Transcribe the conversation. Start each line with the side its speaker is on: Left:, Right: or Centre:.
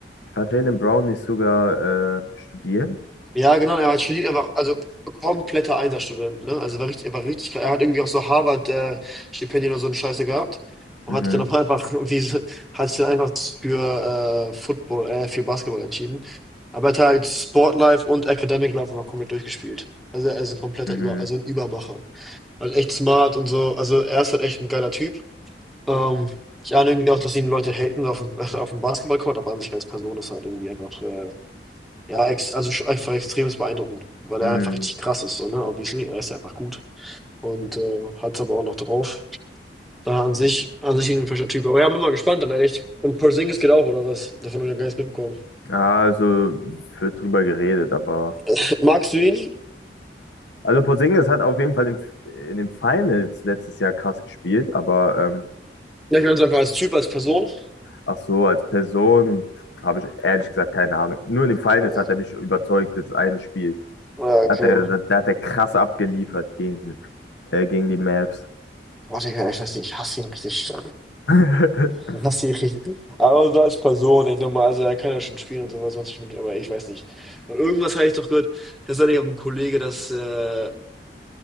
Left: war Jaylen Brown nicht sogar äh, studieren?
Centre: Ja, genau, er hat studiert, er war also kompletter Einserstudent, ne? Also war richtig, er war richtig, er hat irgendwie auch so Harvard äh, Stipendien oder so eine Scheiße gehabt und
Left: Mhm.
Centre: hat sich dann <laughs> aber einfach irgendwie, so- hat sich dann einfach für äh, Football, äh, für Basketball entschieden. Aber er hat halt Sportlife und Academic Life einfach komplett durchgespielt. Also er ist ein kompletter
Left: Mhm.
Centre: Über, also ein Übermacher. Halt echt smart und so. Also er ist halt echt ein geiler Typ. Ähm, ich ahne irgendwie auch, dass ihn Leute haten auf dem, <laughs> auf dem Basketballcourt, aber an sich als Person ist halt irgendwie einfach, äh, ja, ex, also schon einfach extremst beeindruckend, weil er
Left: Mhm.
Centre: einfach richtig krass ist, so, ne? Obviously, er ist ja einfach gut und äh, hat es aber auch noch drauf. Da an sich, an sich ein frischer Typ. Aber ja, bin mal gespannt, dann ehrlich. Und Porzingis geht auch, oder was? Davon habe ich ja gar nichts mitbekommen.
Left: Ah, also wird drüber geredet, aber.
Centre: <laughs> Magst du ihn?
Left: Also Porzingis hat auf jeden Fall im, in den Finals letztes Jahr krass gespielt, aber ähm,
Centre: Ja, ich meine es einfach als Typ, als Person.
Left: ach so, als Person habe ich ehrlich gesagt keine Ahnung. Nur in den Finals
Centre: Ja,
Left: hat er mich überzeugt, das eine Spiel.
Centre: ja,
Left: Da
Centre: okay.
Left: hat er, da, da hat er krass abgeliefert gegen. äh, gegen die Mavs.
Centre: Warte, ich weiß nicht, ich hasse ihn richtig.
Left: <laughs>
Centre: <laughs> Was du richtig. Aber so als Person, ich nochmal, also er kann ja schon spielen und sowas, sonst schon, aber ich weiß nicht. Und irgendwas habe ich doch gehört, das soll ich auch ein Kollege, das äh,